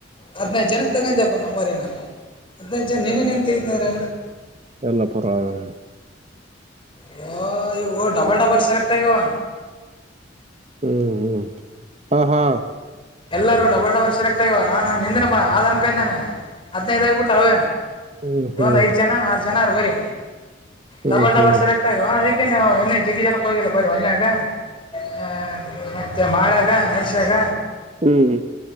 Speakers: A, on the left; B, on the right.
A: ಹದಿನೈದು ಜನದ್ದ ತಗೊಂಡ್ಯಪ್ಪ ನಂಬರ ನೀನು, ಹದಿನೈದು ಜನದ್ದ ನೀನೆ ನೆನಪು ತೆಗೀತೀನಿ ಅಂದ್ರ?
B: ಇಲ್ಲ ಪರ್ವಾಗಿಲ್ಲ.
A: ಹಾ ಇವು ಡಬಲ್ ಡಬಲ್ ಸೆಲೆಕ್ಟ್ ಆಗ್ಯಾವ.
B: ಹ್ಮ್ ಹ್ಮ್, ಹ ಹಾ.
A: ಎಲ್ಲರೂ ಡಬಲ್ ಡಬಲ್ ಸಿಲೆಕ್ಟ್ ಆಗ್ಯಾವ, ನಾನ ನಿಂದುನು ಪಾ ಅದೇನ್ ಅನ್ಕೊಂಡೆ ಹದಿನೈದ ಆಗ್ಬಿಟ್ಟಾವ ಅವೆ.
B: ಹ್ಮ್ ಹ್ಮ್
A: ಒಂದ್ ಐದ್ ಜನರ ಆರು ಜನರ ಬರಿ
B: ಹ್ಮ್
A: ಡಬಲ್ ಡಬಲ್
B: ಹ್ಮ್
A: ಸೆಲೆಕ್ಟ್ ಆಗ್ಯಾವ ಅದಕ್ಕೆ. ದಕ್ಕೆ ನಾವು ಇನ್ನ ಜಗ್ಗೆ ಜನಕ್ಕೆ ಹೋಗಿಲ್ಲ ಬರಿ ಒನ್ಯಾಗ ಆ. ಮತ್ತೆ ಮಾಳ್ಯಾಗ ನರ್ಶ್ಯಾಗ.
B: ಹ್ಮ್.